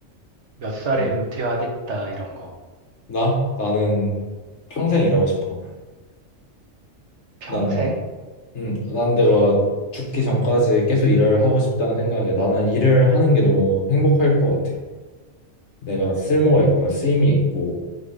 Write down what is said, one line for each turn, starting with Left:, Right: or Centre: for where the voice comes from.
Right: 몇 살에
Left: 어,
Right: 은퇴하겠다 이런 거.
Left: 나? 나는 평생 일하고 싶어.
Right: 평생?
Left: 난, 음, 난 내가 죽기 전까지 계속 일을 하고 싶다는 생각에 나는 일을 하는 게 너무 행복할 것 같아. 내가 쓸모가 있구나, 쓰임이 있고,